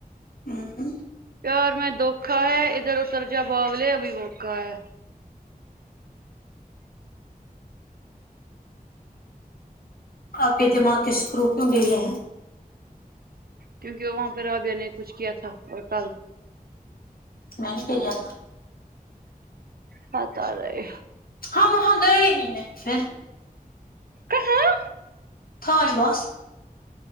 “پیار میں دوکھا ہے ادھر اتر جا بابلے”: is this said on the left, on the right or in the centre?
Right